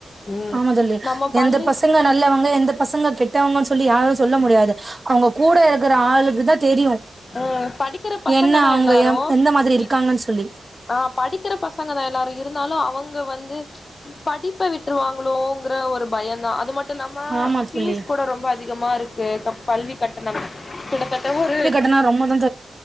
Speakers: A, on the left; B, on the right.
A: ம்
B: ஆமா தோழி
A: நம்ம பள்ளி
B: எந்த பசங்க நல்லவங்க எந்த பசங்க கெட்டவங்கு சொல்லி யாரு சொல்ல முடியாது அவங்க கூட இருக்கிற ஆளுக்கு தா தெரியு
A: ம் படிக்கிற பசங்க
B: என்ன
A: தா
B: அவங்க
A: எல்லாரு
B: எம் எந்த மாதிரி இருக்காங்கன்னு
A: இ
B: சொல்லி
A: ஆ படிக்கிற பசங்க தா எல்லாரு இருந்தாலு அவங்க வந்து ம்ச் படிப்ப விட்ருவாங்களோங்கற ஒரு பயோந்தா அது மட் டு இல்லாம
B: ஆமா
A: ஃபீஸ்
B: தோழி
A: கூட ரொம்ப அதிகமாருக்கு கப் பள்வி கட்டணம் கிட்டத்தட்ட ஒரு
B: <unintelligible> ரொம்பதம்